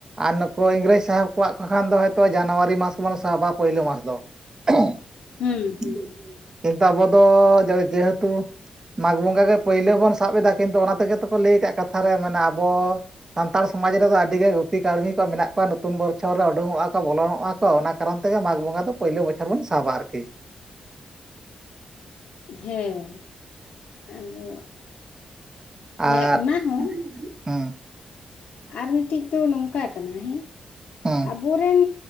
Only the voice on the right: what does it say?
ᱟᱨ ᱱᱩᱠᱩ ᱤᱝᱨᱮᱡᱽ ᱥᱟᱦᱮᱵᱽ ᱠᱚᱣᱟᱜ ᱠᱚ ᱠᱷᱟᱱ ᱫᱚ ᱦᱭ ᱛᱚ ᱡᱟᱱᱩᱣᱟᱨᱤ ᱢᱟᱥ ᱵᱚᱱ ᱥᱟᱵᱟ ᱯᱳᱭᱞᱳ ᱢᱟᱥ ᱫᱚ᱾ <unintelligible>
ᱠᱤᱱᱛᱩ ᱟᱵᱚᱫᱚ <inaudible> ᱡᱮᱦᱮᱛᱩ ᱢᱟᱜᱽ ᱵᱚᱸᱜᱟ ᱜᱮ ᱯᱳᱭᱞᱳ ᱵᱚᱱ ᱥᱟᱵ ᱮᱫᱟ ᱠᱤᱱᱛᱩ ᱚᱱᱟ ᱛᱮᱜᱮ ᱛᱚᱠᱚ ᱞᱟᱹᱭ ᱠᱟᱜ ᱠᱟᱛᱷᱟ ᱨᱮ ᱢᱟᱱᱮ ᱟᱵᱚ ᱥᱟᱱᱛᱟᱲ ᱥᱚᱢᱟᱡᱽ ᱨᱮᱫᱚ ᱟᱹᱰᱤ ᱜᱮ ᱜᱩᱛᱤ ᱠᱟᱹᱲᱢᱤ ᱠᱚ ᱢᱮᱱᱟᱜ ᱠᱚᱣᱟ ᱱᱚᱛᱩᱱ ᱵᱚᱪᱷᱚᱨ ᱨᱮ ᱩᱰᱩᱝᱚᱜᱼᱟ ᱠᱚ ᱵᱚᱞᱚᱱᱚᱜᱼᱟᱠ ᱾ ᱠᱚ ᱚᱱᱟ ᱠᱟᱨᱚᱱ ᱛᱮᱜᱮ ᱢᱟᱜ ᱵᱚᱸᱜᱟ ᱫᱚ ᱯᱳᱭᱞᱳ ᱵᱚᱪᱷᱚᱨ ᱵᱚᱱ ᱥᱟᱵᱟ ᱟᱨᱠᱤ ᱾
ᱟᱨ
<inaudible> ᱦᱩᱸ
ᱦᱩᱸ